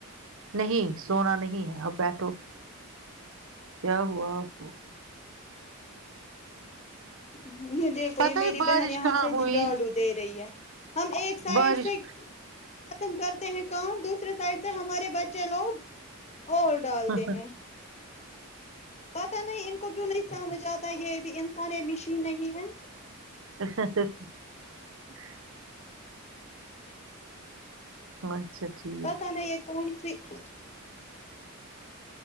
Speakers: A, on the right (about 60°); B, on the left (about 30°).
A: نہیں سونا نہیں ہے اپ بیٹھو کیا ہوا آپ کو
B: ج نہیں دیکھو
A: پتہ
B: یہ میری
A: ہے بارش
B: بہن یہاں
A: کہاں
B: سے
A: ہوئی
B: جاڑو
A: ہے
B: دے رہی ہے ہم ایک سائڈ
A: بارش
B: سے ختم کرتے ہیں کام دوسرے سائڈ سے ہمارے بچے لوگ اور ڈالتے
A: ہاں ہ
B: ہیں پتا نہیں ان کو کیوں نہیں مجھاتا ہے یہ انسان یہ مشین نہیں ہے
A: ا <unintelligible> اچھا ٹھیک
B: پتا
A: <unintelligible>
B: نہیں یہ کون سی <unintelligible>